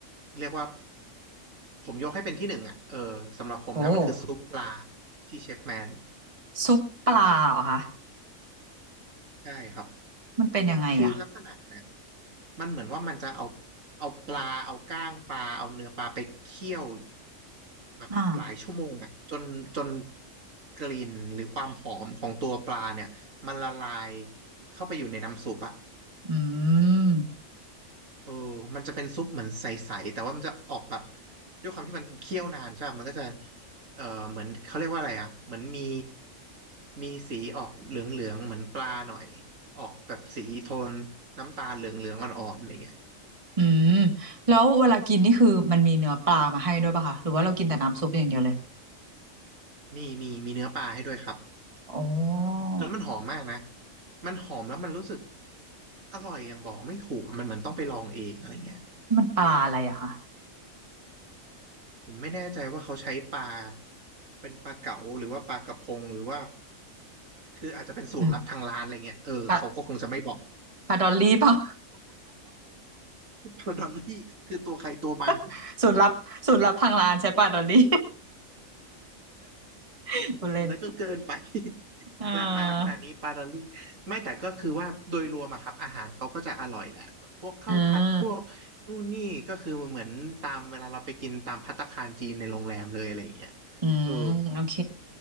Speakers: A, on the right; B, on the right.
A: เรียกว่าผมยกให้เป็นที่หนึ่งอ่ะเออสำหรับผมนะมันคือซุปปลา
B: โอ้
A: ที่เชฟแมน
B: ซุปปลาเหรอคะ
A: ใช่ครับ
B: มันเป็นยังไงอ่ะ
A: คือลักษณะเนี่ยมันเหมือนว่ามันจะเอาเอาปลาเอาก้างปลาเอาเนื้อปลาไปเคี่ยวแบบหลายชั่วโมงอ่ะจนจน
B: อ่า
A: กลิ่นหรือความหอมของตัวปลาเนี่ยมันละลายเข้าไปอยู่ในน้ำซุปอ่ะ
B: อืม
A: เออมันจะเป็นซุปเหมือนใสๆแต่ว่ามันจะออกแบบด้วยความที่มันเคี่ยวนานใช่ไหมมันก็จะเออเหมือนเขาเรียกว่าอะไรอ่ะเหมือนมีมีสีออกเหลืองๆเหมือนปลาหน่อยออกแบบสีโทนน้ำตาลเหลืองๆอ่อนๆอะไรเงี้ย
B: อืมแล้วเวลากินนี่คือมันมีเนื้อปลามาให้ด้วยป่ะคะหรือว่าเรากินแต่น้ำซุปอย่างเดียวเลย
A: มีมีมีเนื้อปลาให้ด้วยครับ
B: อ๋อ
A: แล้วมันหอมมากนะมันหอมแล้วมันรู้สึกอร่อยอย่างบอกไม่ถูกอะมันเหมือนต้องไปลองเองอะไรเงี้ย
B: มันปลาอะไรอะคะ
A: ผมไม่แน่ใจว่าเขาใช้ปลาเป็นปลาเก๋าหรือว่าปลากระพงหรือว่า คืออาจจะเป็นสูตรลับทางร้านอะไรเงี้ยเออเขาก็คงจะไม่บอก
B: อืมปลาปลาดอลลี่เปล่า
A: ปลาดอลลี่คือตัวใครตัวมัน
B: <laughs> สูตรลับสูตรลับทางร้านใช้ปลาดอลลี่ <laughs> คุณเล่น
A: นั่นก็เกินไป <laughs>
B: เอ
A: ราคาขนาดนี้ปลาดอลลี่ไม่แต่ก็คือว่าโดยรวมอะครับอาหารเขาก็จะอร่อยแหละแบบพวกข้าวผัดพวกนู่นนี่ก็คือเหมือนตามเวลาเราไปกินตามภัตตาคารจีนในโรงแรมเลยอะไรอย่างเงี้ย
B: ออืมอืมโอเค
A: เออ